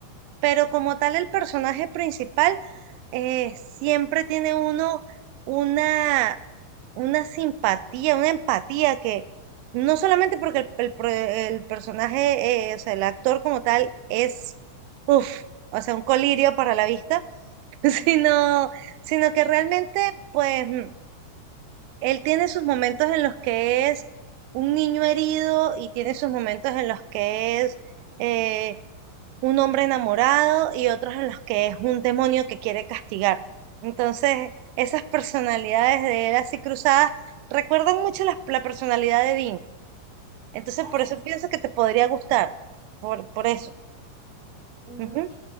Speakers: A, on the right; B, on the right.
A: pero como tal el personaje principal eh, siempre tiene uno una una simpatía, una empatía que no solamente porque el, el pro- el personaje, eh, o sea, el actor como tal es, uff, o sea, un colirio para la vista,
B: <laughs>
A: <laughs> sino, sino que realmente, pues, mm, él tiene sus momentos en los que es un niño herido y tiene sus momentos en los que es... eh, un hombre enamorado y otros en los que es un demonio que quiere castigar. Entonces, esas personalidades de él así cruzadas recuerdan mucho la, la personalidad de Dean. Entonces,
B: así.
A: por eso pienso que te podría gustar, por, por eso.
B: mm,
A: Ujú.